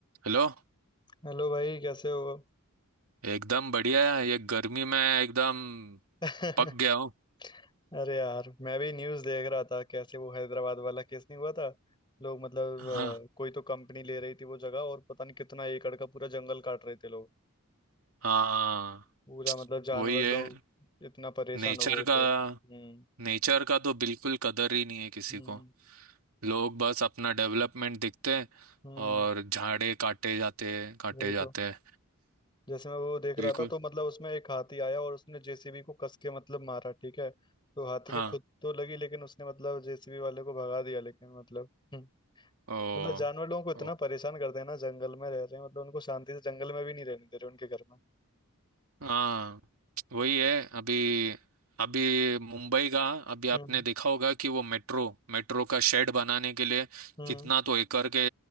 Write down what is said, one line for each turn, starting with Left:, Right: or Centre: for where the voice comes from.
Right: Hello
Left: Hello भाई कैसे हो
Right: एकदम बढ़िया है ये गर्मी में एकदम
Left: <laughs>
Right: पक गया हूँ
Left: अरे यार मैं भी न्यूज़ देख रहा था कैसे वो हैदराबाद वाला केस नहीं हुआ था लोग मतलब
Right: हाँ
Left: अ, कोई तो कंपनी ले रही थी वो जगह और पता नहीं कितना एकड़ का पूरा जंगल काट रहे थे लोग
Right: हाँ
Left: पूरा मतलब जानवर
Right: वही है
Left: लोग इतना परेशान
Right: नेचर
Left: हो गए
Right: का
Left: थे हम्म
Right: नेचर का तो बिल्कुल कदर ही नहीं है किसी
Left: हम्म
Right: को लोग बस अपना डेवलपमेंट देखते हैं
Left: हम्म
Right: और झाड़े काटे जाते काटे
Left: वही
Right: जाते
Left: तो
Right: हैं
Left: जैसे मैं वो देख रहा
Right: बिल्कुल
Left: था तो मतलब उसमें एक हाथी आया और उसने जेसीबी को कस के मतलब मारा ठीक है तो हाथी
Right: हाँ
Left: के खुद तो लगी लेकिन उसने मतलब जेसीबी वाले को भगा दिया लेकिन मतलब हम्म,
Right: ओ,
Left: मतलब जानवर लोगों को इतना
Right: ओ
Left: परेशान करते हैं ना जंगल में रह रहे हैं मतलब उनको शांति से जंगल में भी नहीं रहने दे रहे उनके घर में
Right: हाँ वही है अभी अभी मुंबई का अभी आपने
Left: हम्म
Right: देखा होगा कि वो मेट्रो मेट्रो का शेड बनाने के लिए
Left: हम्म
Right: कितना तो एकड़ के